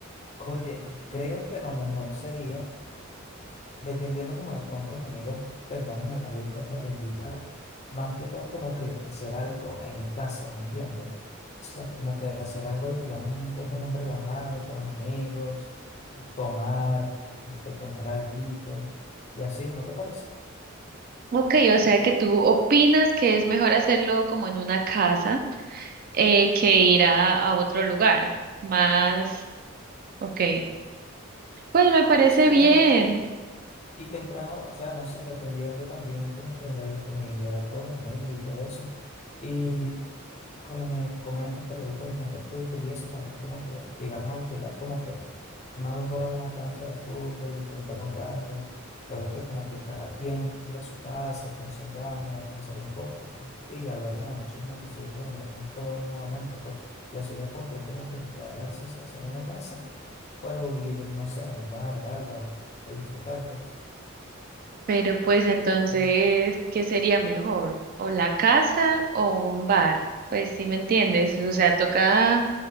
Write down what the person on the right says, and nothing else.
Ok, o sea que tú opinas que es mejor hacerlo como en una casa eh, que ir a, a otro lugar, más, ok. Pues me parece
bien,
pero pues entonces,
¿qué sería mejor? ¿O la casa o un bar? Pues sí me entiendes, o sea, toca